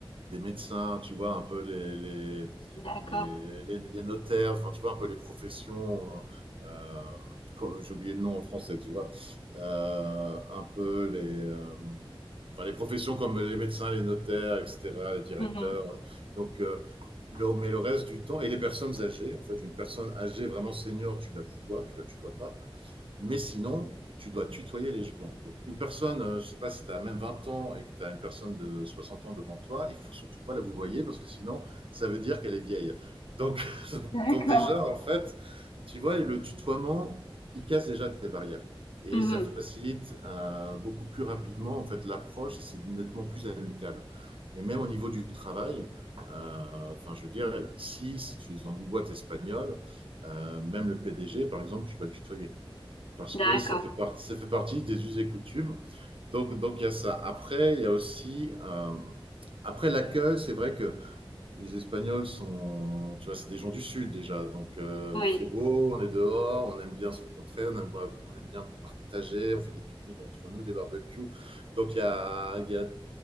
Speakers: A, on the right; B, on the left.
A: des médecins, tu vois, un peu les, les,
B: D'accord.
A: les, les- les notaires, enfin, tu vois, un peu les professions, euh, comme- j'ai oublié le nom en français, tu vois, euh, un peu les, euh, enfin, les professions comme les médecins, les notaires, etc., les directeurs.
B: Mhm.
A: Donc, euh, le- mais le reste du temps, et les personnes âgées, en fait, une personne âgée vraiment senior, tu la vois, tu la tutoies pas. Mais sinon, tu dois tutoyer les gens. Donc, une personne, euh, je ne sais pas si tu as même 20 ans et que tu as une personne de 60 ans devant toi, il ne faut surtout pas la vous voyez parce que sinon, ça veut dire qu'elle est vieille. Donc, <laughs>
B: D'accord.
A: donc déjà, en fait, tu vois, le tutoiement, il casse déjà des barrières. Et
B: Mhm.
A: ça facilite euh, beaucoup plus rapidement en fait l'approche et c'est nettement plus amical. Et même au niveau du travail, euh, enfin, je veux dire, ici, si tu es dans une boîte espagnole, euh, même le PDG, par exemple, tu vas le tutoyer parce que
B: D'accord.
A: ça fait, part, ça fait partie des us et coutumes. Donc, donc il y a ça. Après, il y a aussi, euh, après l'accueil, c'est vrai que les Espagnols sont, tu vois, c'est des gens du sud déjà. Donc, euh,
B: Oui.
A: il fait beau, on est dehors, on aime bien se rencontrer, on aime, on aime bien partager, on fait des pique-niques entre nous, des barbecues. Donc, il y a, il y a-